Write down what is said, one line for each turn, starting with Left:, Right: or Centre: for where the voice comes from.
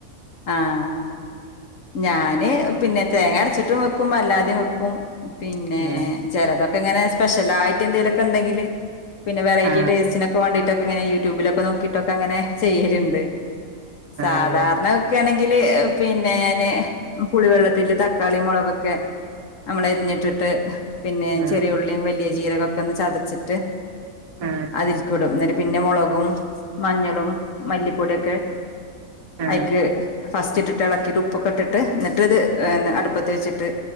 Left: ആഹ്, ഞാന് പിന്നെ തേങ്ങ അര്ച്ചിട്ടും വെക്കും അല്ലാതിംവെക്കും. പിന്നെ
Right: ആ
Left: ചെലതൊക്കെങ്ങനെ സ്പെഷ്യലായാട്ട് എന്തെങ്കിലൊക്കെ ണ്ടെങ്കില്. പിന്നെ വെറൈറ്റി
Right: ആ
Left: ടേസ്റ്റിനൊക്കെ വേണ്ടിട്ടൊക്കെങ്ങനെ യൂട്യൂബിലൊക്കെ നോക്കീട്ടൊക്കെങ്ങനെ ചെയ്യല്ണ്ട് സാധാരണ
Right: അതെ
Left: ക ങ്കില് പിന്നേന് പുളിവെള്ളത്തില് തക്കാളിം മൊളകൊക്കെ. നമ്മളരഞ്ഞിട്ടിട്ട് പിന്നെ
Right: ആ
Left: ചെറിയുള്ളിം വല്യ ജീരകൊക്കൊന്ന് ചതച്ചിട്ട്.
Right: ആ
Left: അതിൽക്ക്ടും, ന്ന്ട്ട് പിന്നെ മൊളകും. മഞ്ഞളും മല്ലിപ്പൊടോക്കെ
Right: ആ ആ ആ
Left: അയ്ക്ക്ല് ഫസ്റ്റ് ഇട്ടിട്ട് എളക്കിട്ട് ഉപ്പൊക്കെട്ടിട്ട് എന്നിട്ട്ത് അടുപ്പത്ത് വെച്ചിട്ട്.